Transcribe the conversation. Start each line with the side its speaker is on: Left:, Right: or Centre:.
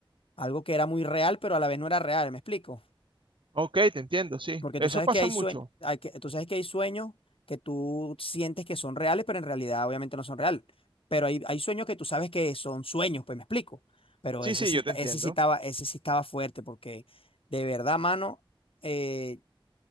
Left: algo que era muy real, pero a la vez no era real, ¿me explico?
Right: Ok, te entiendo, sí.
Left: Porque
Right: Eso
Left: tú sabes
Right: pasa
Left: que hay
Right: mucho.
Left: sueños, hay que, tú sabes que hay sueños que tú sientes que son reales, pero en realidad obviamente no son reales. Pero hay, hay sueños que tú sabes que son sueños, pues me explico. Pero
Right: Sí,
Left: ese
Right: sí,
Left: sí,
Right: yo
Left: ta-
Right: te entiendo.
Left: ese sí estaba, ese sí estaba fuerte, porque de verdad, mano, eh,